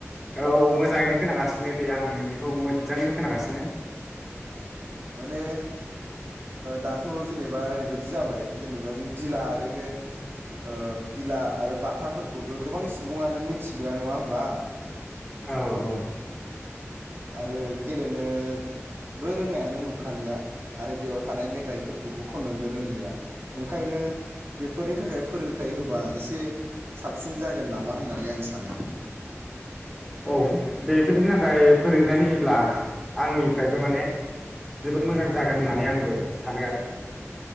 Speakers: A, in the centre; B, on the right.
A: औ मोजाङैनो खोनागासिनो दे आं नोंनिखौ। मोजांङैनो खोनागासिनो
B: अ माने दाथ' जेनेबा ओरैबायदि जाबाय जेनेबा जों गिला आरो ओ गिला आरो बाथाफोरखौथ' गोबां सुबुङानो मिथिलिया नङा होनबा
A: औ औ
B: आरो गेलेनो बो रोंनायानो नंखालिया आरो बेयाव थानाय मेथाइफोरखौबो खननोनो रोंलिया ओंखायनो बेफोरनि थाखाय फोरोंथाइ होबा एसे साबसिन जागोन नामा होननानै आं सानो
A: औ बेफोरनि थाखाय फोरोंथाय‌ होयोब्ला आंनिफ्रायबो माने जोबोद मोजां जागोन होननानै आंबो सानो आरो